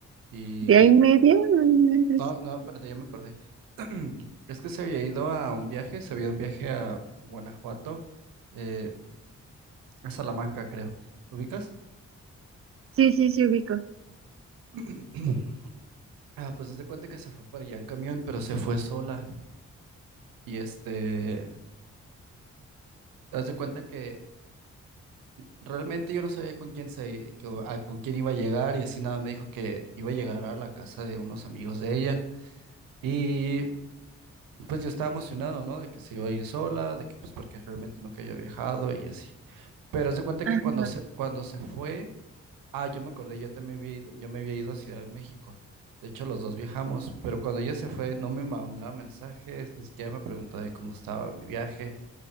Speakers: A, on the right (about 80°); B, on the right (about 40°).
A: y...
B: ¿De ahí media? No inventes.
A: No, no, espérate, ya me acordé. <clears throat> Es que se había ido a un viaje, se había ido a un viaje a Guanajuato, eh, a Salamanca, creo. ¿Ubicas?
B: Sí, sí, sí, ubico.
A: <clears throat> Ah, pues haz de cuenta que se fue para allá en camión, pero se fue sola. Y este, haz de cuenta que realmente yo no sabía con quién se, que- a- con quién iba a llegar y así nada, me dijo que iba a llegar a la casa de unos amigos de ella. y pues yo estaba emocionado, ¿no? De que se iba a ir sola, de que pues porque realmente nunca había viajado y así. Pero se cuenta que
B: Ajá.
A: cuando se, cuando se fue, ah, yo me acordé, yo también había ido- yo me había ido a Ciudad de México. De hecho, los dos viajamos, pero cuando ella se fue, no me mandaba mensajes, ni siquiera me preguntaba de cómo estaba mi viaje.